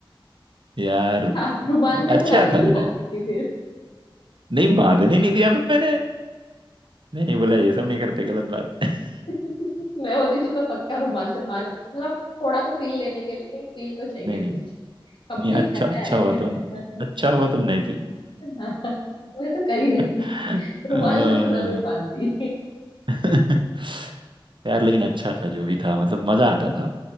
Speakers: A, on the right; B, on the left.
A: यार
B: हाँ रुमाल से
A: अच्छा
B: तो राखी नहीं
A: था यार
B: बांधती थी फिर
A: नहीं बांधने नहीं दिया मैंने नहीं नहीं बोला ये सब नहीं करते गलत बात <laughs>
B: <laughs> मैं होती तो मैं पक्का रुमाल से बांध मतलब थोड़ा तो फील लेने के लिए नहीं फील तो चाहिए
A: नहीं नहीं नहीं
B: कंप्लीट
A: अच्छा
B: करना
A: अच्छा
B: है <laughs>
A: हुआ तुम अच्छा हुआ तुम नहीं थी
B: हाँ, मैं तो कर ही देती
A: <laughs>
B: रुमाल
A: आ,
B: से तो जरूर बांधती
A: <laughs> यार लेकिन अच्छा था जो भी था मतलब मजा आता था